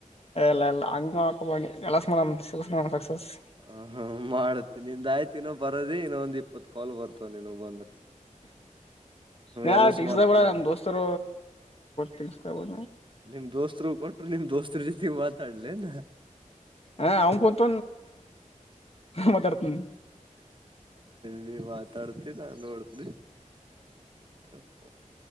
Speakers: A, on the left; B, on the right.
A: ಲ್ಲ ಇಲ್ಲ ಹಂಗ ಹಾಕಿ ಎಲ್ಲ ಮಾಡ ಮಾಡ ಸಸಸ್ <unintelligible> <inaudible>
B: ಹ ಹ್ಮ ಮಾಡತ್ತೆ ನಿಮ ಆಯ್ತ ಇನೋ ಬರೋದ ಇನ್ನೊ ಒಂದ ಇಪ್ಪತ್ ಕಾಲ್ ಬರ್ತವ ನೀನು ಬಂದು
A: ನ
B: ಎಲಸ ಮಾಡ್ತಾನಂತ
A: ನ ದೋಸ್ತರ <unintelligible>
B: ನಿಮ್ ದೋಸ್ತರು ಕೊಟರು ನಿಮ್ ದೋಸ್ತ್ರ ಜೊತೆಗ್ ಮಾತಾಡ್ಲನ
A: ಹ ಅವನ್ ಕುಂತ ಮಾತಾಡ್ತನಿ <inaudible>
B: ನೀ ಮಾತಾಡ್ತಿ ನಾನ್ ನೋಡ್ದ ರಪ್ಪ